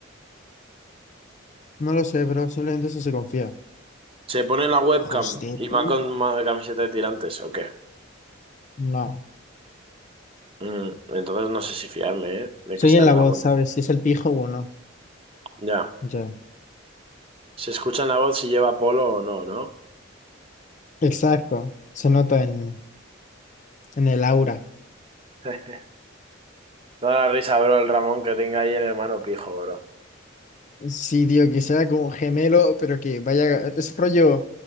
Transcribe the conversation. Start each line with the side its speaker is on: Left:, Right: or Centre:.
Left: no lo sé, pero simplemente eso se confía.
Right: Se pone la webcam
Left: Hijos de puta.
Right: y va con ma- camiseta de tirantes, ¿o qué?
Left: No,
Right: Mm, entonces no sé si fiarme, ¿eh? De
Left: soy
Right: que sea
Left: en
Right: el
Left: la
Right: Ramón.
Left: voz, ¿sabes? Si es el pijo o no.
Right: Ya.
Left: Ya.
Right: Se escucha en la voz si lleva polo o no, ¿no?
Left: Exacto, se nota en, en el aura.
Right: <laughs> Toda la risa, bro, el Ramón que tenga ahí el hermano pijo, bro.
Left: Sí, tío, que sea como gemelo, pero que vaya, es rollo.